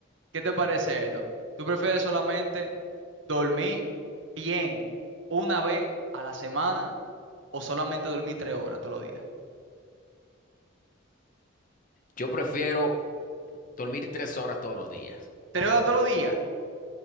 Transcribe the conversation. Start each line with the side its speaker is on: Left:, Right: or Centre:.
Right: ¿qué te parece esto? ¿Tú prefieres solamente dormir bien una vez a la semana? o solamente dormir tres horas todos los días.
Left: Yo prefiero dormir tres horas todos los días.
Right: Tres horas todos los días.